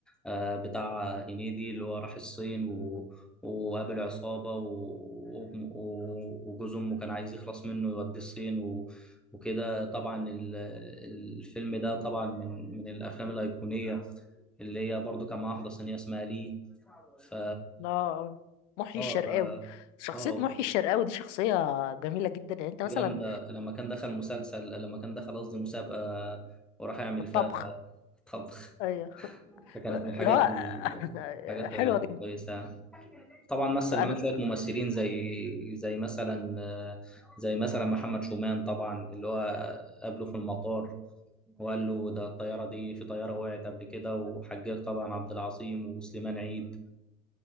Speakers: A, in the centre; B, on the left.
A: آه، بتاع هنيدي اللي هو راح الصين و... وقابل عصابة و... وأم- و... وجوز أمه كان عايز يخلص منه يوديه الصين و... وكده طبعا ال- الفيلم ده طبعا من من الأفلام الأيقونية اللي هي برضو كان مع واحدة صينية اسمها لي ف
B: اه آه. محيي
A: اه
B: الشرقاوي
A: ف
B: شخصية
A: اه
B: محيي الشرقاوي دي شخصية جميلة جدا يعني انت مثلا
A: جامدة لما كان دخل مسلسل لما كان دخل قصدي مسابقة وراح يعمل
B: في الطبخ
A: فيها طبخ
B: ايوه
A: فكانت من الحاجات
B: لا
A: ال...
B: <laughs>
A: الحاجات الكويسة
B: حلوة جدا
A: يعني. طبعا مثل
B: فأنا
A: معاه شوية ممثلين زي زي مثلا زي مثلا محمد شومان طبعا اللي هو قابله في المطار وقال له ده الطيارة دي في طيارة وقعت قبل كده وحجاج طبعا عبد العظيم وسليمان عيد